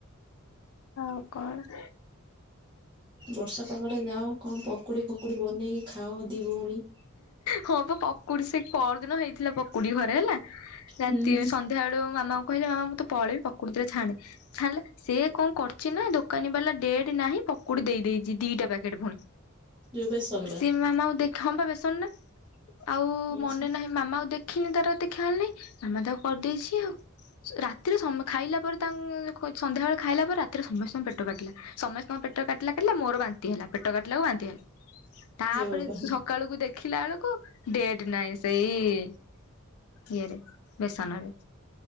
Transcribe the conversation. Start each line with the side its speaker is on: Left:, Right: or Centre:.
Left: ଆଉ କଣ?
Right: ବର୍ଷା ପାଗରେ ଯାଅ, କଣ ପକୁଡ଼ି ଫକୁଡ଼ି ବନେଇକି ଖାଅ ଦି ଭଉଣୀ।
Left: ହଁ ପା ପକୁଡି, ସେ ପରଦିନ ହେଇଥିଲା ପକୁଡି ଘରେ ହେଲା। ରାତି
Right: ହୁଁ ହୁଁ।
Left: ସନ୍ଧ୍ୟା ବେଳକୁ ମାମାଙ୍କୁ କହିଲି ମାମା ମୁଁ ତ ପଳେଇବି ପକୁଡ ଦିଇଟା ଛାଣେ। ଛାଣିଲା। ସେ କଣ କରଛି ନା ଦୋକାନୀ ବାଲା ଡେଟ୍ ନାହିଁ ପକୁଡି ଦେଇ ଦେଇଛି ଦିଟା ପ୍ୟାକେଟ ପୁଣି।
Right: ଯୋଉ ବେସନରା
Left: ସିଏ ମୋ ମାମାକୁ ଦେଖା ହଁ ବା ବେସନ ଟା, ଆଉ
Right: ଆଚ୍ଛା
Left: ମନେ ନାହିଁ ମାମା ଆଉ ଦେଖିନି ତାର ଏତେ ଖିଆଲ୍ ନାହିଁ ମାମା ତାକୁ କରିଦେଇଛି ଆଉ। ରାତିରେ ଖାଇଲା ପରେ ତାଙ୍କୁ ସନ୍ଧ୍ୟାବେେଳେ ଖାଇଲା ପରେ ରାତିରେ ସମସ୍ତଙ୍କ ପେଟ କାଟିଲା। ସମସ୍ତଙ୍କ ପେଟ କାଟିଲା କାଟିଲା, ମୋର ବାନ୍ତି ହେଲା, ପେଟ କାଟିଲା କୁ ବାନ୍ତି ହେଲା। ତାପରେ
Right: ହେ ବାବା
Left: ସକାଳକୁ
Right: ହୁଁ
Left: ଦେଖିଲା ବେଳକୁ ଡେଟ୍ ନାହିଁ, ସେଇ ଇଏରେ ବେସନରେ।